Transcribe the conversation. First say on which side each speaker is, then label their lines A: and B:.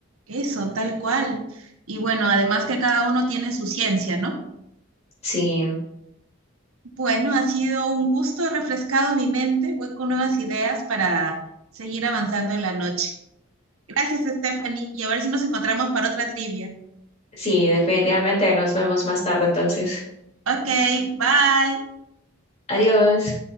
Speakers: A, on the right; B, on the left.
A: Eso, tal cual. Y bueno, además que cada uno tiene su ciencia, ¿no?
B: Sí.
A: Bueno, ha sido un gusto, he refrescado mi mente, voy con nuevas ideas para seguir avanzando en la noche. Gracias, Stephanie, y a ver si nos encontramos para otra trivia.
B: Sí, definitivamente. Nos vemos más tarde entonces.
A: Okay, bye.
B: Adiós.